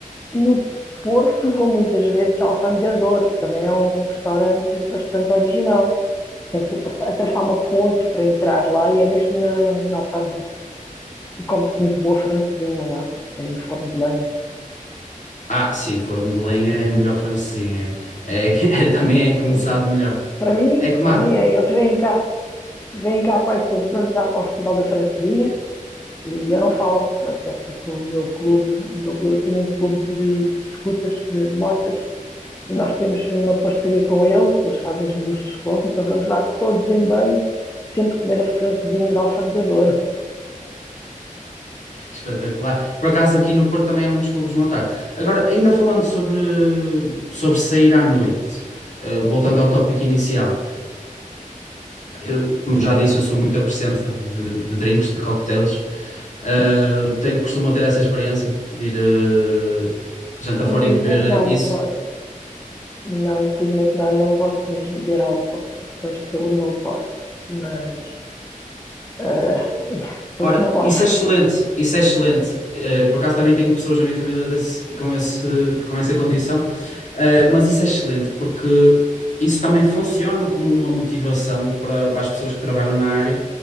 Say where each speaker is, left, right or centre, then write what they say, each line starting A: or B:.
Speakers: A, on the left (about 20°); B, on the left (about 60°).
A: no Porto vou muitas vezes ao Alfandegador, também é um restaurante bastante original. Tem que se passar, atravessar uma ponte para entrar lá e é mesmo na, na alfândega. E come-se muito boa francesinha lá, é em forno de lenha.
B: Ah, sim, forno de lenha é melhor francesinha. É, é- <laughs> é- também
A: É,
B: é que me
A: sem
B: sabe
A: dúvida.
B: melhor.
A: Para mim,
B: É que má,
A: para mim é, eles vêm cá vêm cá quase todos os anos ao Festival da Francesinha e eu não falto, até porque o meu clube, o meu, eu tenho um clube de, de scooters, de motas, e nós temos uma parceria com eles, eles fazem-nos desconto, então vamos lá todos em bando, sempre comer a francesinha de Alfândega de Douro
B: espetacular. Por acaso aqui no Porto também há muitos clubes de boa tarde. Agora, ainda falando sobre, sobre sair à noite, eh, voltando ao tópico inicial. Eu, como já disse, eu sou muito apreciante de, de- de drinks, de cocktails. Eh, tenho, costumo ter essa experiência de ir eh, jantar
A: Infelizmente
B: fora e beber
A: não,
B: isso.
A: não pode. Não, infelizmente não, eu não posso mesmo beber álcool, por questões de saúde não posso, mas uh, <laughs> pois
B: Ora,
A: não posso.
B: isso é excelente, isso é excelente. Eh, por acaso também tenho pessoas na minha família desse- com esse, com essa condição, Eh, mas isso é excelente porque isso também funciona como uma motivação para, para as pessoas que trabalham na área